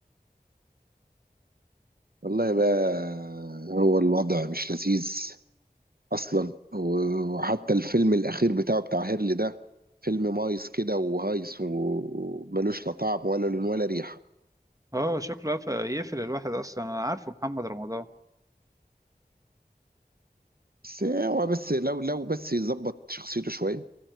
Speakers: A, on the right; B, on the right.
A: والله بقى هو الوضع مش لذيذ اصلا و- وحتى الفيلم الاخير بتاعه بتاع هيرلي ده فيلم مايس كده وهايس وملوش لا طعم ولا لون ولا ريحه
B: اه شكله قف- يقفل الواحد اصلا انا عارفه محمد رمضان
A: بس هو بس لو لو بس يظبط شخصيته شويه